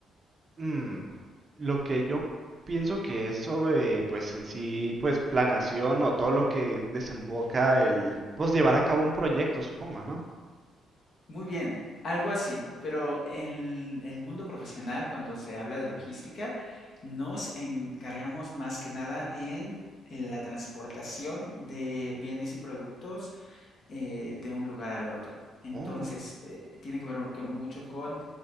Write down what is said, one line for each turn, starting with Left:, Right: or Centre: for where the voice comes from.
Right: Mm, Lo que yo pienso que es sobre, pues en sí, pues planación o todo lo que desemboca el, pues llevar a cabo un proyecto, supongo, ¿no?
Left: Muy bien, algo así, pero en el mundo profesional, cuando se habla de logística, nos encargamos más que nada en, en la transportación de bienes y productos eh, de un lugar al otro. Entonces,
Right: Oh,
Left: eh, tiene que ver con- mucho con